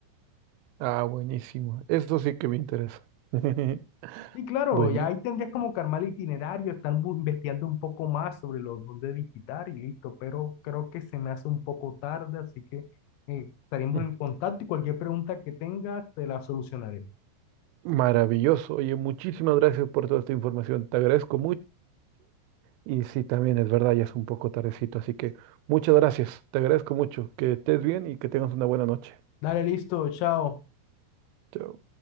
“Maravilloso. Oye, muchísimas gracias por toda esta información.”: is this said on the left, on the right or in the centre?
Right